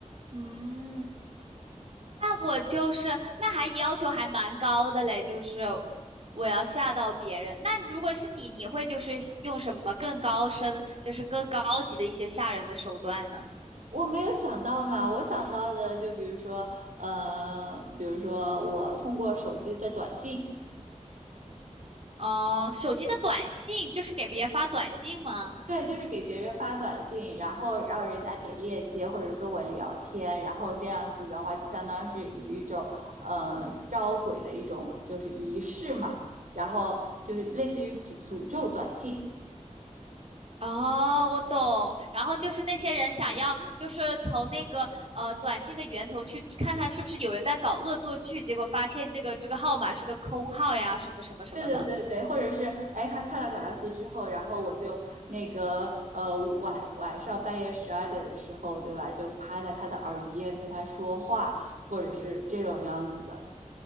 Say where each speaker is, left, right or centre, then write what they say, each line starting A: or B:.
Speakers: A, on the right; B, on the right.
A: 嗯，那我就是那还要求还蛮高的嘞，就是我要吓到别人。那如果是你，你会就是用什么更高深，就是更高级的一些吓人的手段呢？
B: 我没有想到嘛，我想到的就比如说，呃，比如说我通过手机的短信，
A: 哦、手机的短信就是给别人发短信吗？
B: 对，就是给别人发短信，然后让人家点链接或者跟我聊天，然后这样子的话，就相当于是与一种呃招鬼的一种就是仪式嘛，然后就是类似于诅诅咒短信。
A: 哦，我懂。然后就是那些人想要，就是从那个呃短信的源头去看看是不是有人在搞恶作剧，结果发现这个这个号码是个空号呀，什么什么什么的。
B: 对对对对，或者是哎，他看了短消息之后，然后我就那个呃晚晚上半夜十二点的时候，对吧？就趴在他的耳边跟他说话，或者是这种样子的。